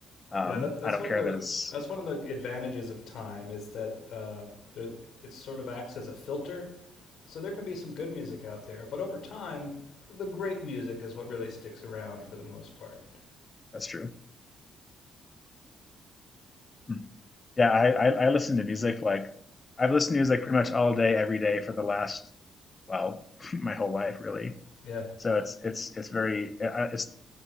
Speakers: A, on the left (about 30°); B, on the left (about 70°).
A: Um,
B: Yeah, that, that's
A: I don't
B: one
A: care
B: of the
A: that it's
B: that's one of the advantages of time is that uh, there, it sort of acts as a filter. So there can be some good music out there, but over time, the great music is what really sticks around for the most part.
A: that's true. Hmm. yeah, I, I I listen to music like I've listened to music pretty much all day, every day for the last well, <laughs> my whole life really.
B: Yeah.
A: So it's it's it's very uh, it's